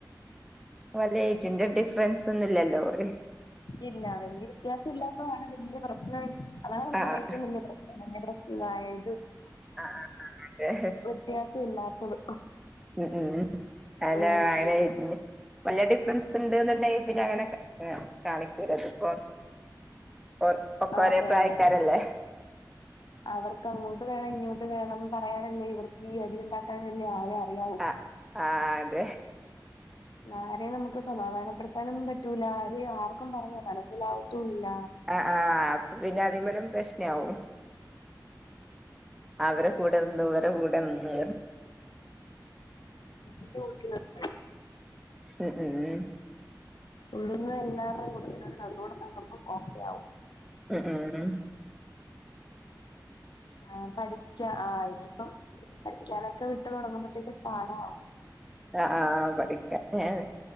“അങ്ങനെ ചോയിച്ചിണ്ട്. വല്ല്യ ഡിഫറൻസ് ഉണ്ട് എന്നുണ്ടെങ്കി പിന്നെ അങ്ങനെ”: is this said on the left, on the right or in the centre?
Centre